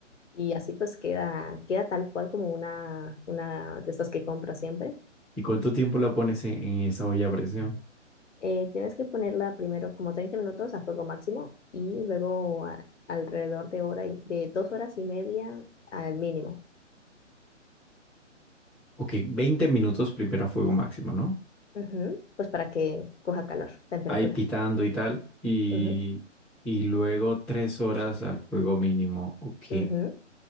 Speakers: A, on the left (about 70°); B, in the centre.
A: Y así pues queda, queda tal cual como una, una de estas que compras siempre.
B: ¿Y cuánto tiempo la pones en, en esa olla a presión?
A: Eh, tienes que ponerla primero como 30 minutos a fuego máximo y luego a- alrededor de hora y- de dos horas y media al mínimo.
B: Ok, 20 minutos primero a fuego máximo, ¿no?
A: Ujú, Pues para que coja calor, temperatura.
B: ahí pitando y tal, y,
A: Ujú,
B: y luego tres horas al fuego mínimo. Ok.
A: ujú.